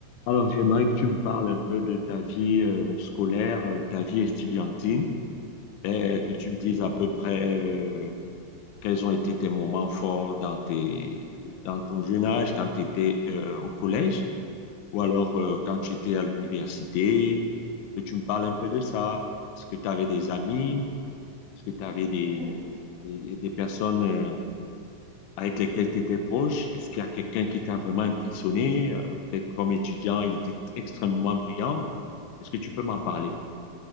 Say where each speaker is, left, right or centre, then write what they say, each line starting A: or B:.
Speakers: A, on the left (about 80°); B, on the left (about 40°).
A: Alors, j'aimerais que tu me parles un peu de ta vie euh, scolaire, euh, ta vie estudiantine, et
B: Mhm.
A: que tu me dises à peu près euh, quels ont été tes moments forts dans tes, dans ton jeune âge, quand tu étais euh, au collège, ou alors euh, quand tu étais à l'université, que tu me parles un peu de ça. Est-ce que tu avais des
B: D'accord.
A: amis? Est-ce que tu avais des,
B: Hmm.
A: des, des personnes euh, avec lesquels tu étais proche? Est-ce qu'il y a quelqu'un qui t'a vraiment impressionné? Euh, peut-être comme étudiant, il était extrêmement brillant. Est-ce que tu peux m'en parler?